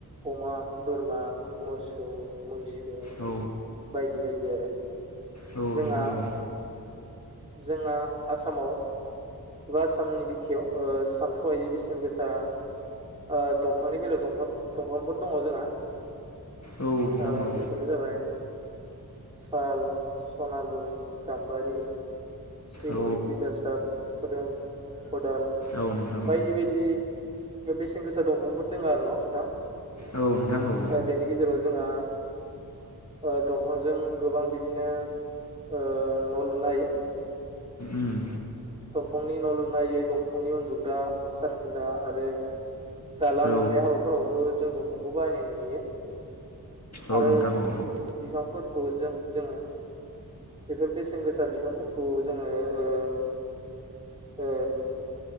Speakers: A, on the right (about 15°); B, on the left (about 45°).
A: अमा बोरमा, मोसौ, मैसो
B: औ
A: बायदि बायदि आरो
B: नोंथां
A: जोंहा
B: औ
A: जोंना आसामाव एबा आसामनि बिखायाव सानथ्र'हायि बेसेन गोसा ओ दंफांनि बेलायाव दंफां दंफांफोर दङ जोंहा।
B: औ नोंथां
A: ओ
B: औ।
A: बेफोरनो जाबाय साल, सनालु, गाम्बारि, सिगुन,
B: औ
A: दिथासाब खोदोम, खदाल,
B: औ नोंथां औ
A: बायदि बायदि बेसेन गोसा दंफांफोर दोङ आरो न' नोंथां
B: औ औ
A: बेनि गेजेराव जोंहा ओ दंफांजों गोबां बिदिनो ओ न'लुनो हायो।
B: उम
A: दंफांनि न' लुनायो दंफांनि उन्दुग्रा सारफिला आरो दालां
B: औ
A: लुनाय हाबाफोरावबो जों दंफांखौ बाहायनाय नुयो।
B: औ
A: आरोफोर
B: नोंथां औ
A: बिफांफोरखौ जों जोङो बेफोर बेसेन गोसा बिफांफोरखौ जोङो ओ ओ